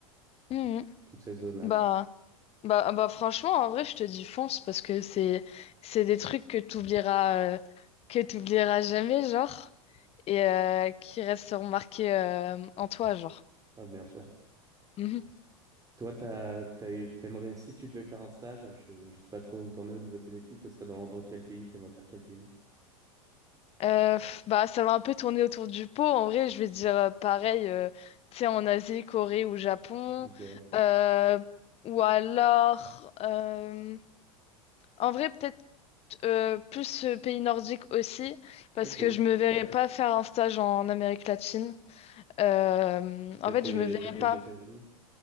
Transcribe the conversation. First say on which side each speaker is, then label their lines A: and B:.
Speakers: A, on the left (about 35°); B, on the right (about 20°).
A: Mhm.
B: toute cette zone-là.
A: Bah.
B: quoi.
A: Bah, bah franchement, en vrai, je te dis fonce parce que c'est c'est des trucs que t'oublieras euh, que t'oublieras jamais, genre, et euh, qui resteront marqués euh, en toi, genre.
B: Ah bien sûr.
A: Mhm.
B: Toi, t'as, t'as eu- t'aimerais, si tu devais faire un stage, je, je sais pas trop où t'en es au niveau de tes études, ce serait dans, dans quel pays, t'aimerais faire quel pays?
A: Euh, pff, bah, ça va un peu tourner autour du pot. En vrai, je vais te dire euh, pareil, euh, tu sais, en Asie, Corée ou Japon,
B: Ok,
A: euh, ou alors, euh, en vrai, peut-être euh, plus euh, pays nordique aussi, parce
B: ok.
A: que je me verrais pas faire un stage en Amérique latine. Euh,
B: Peut-être
A: en fait,
B: les,
A: je me verrais
B: peut-être les
A: pas,
B: États-Unis.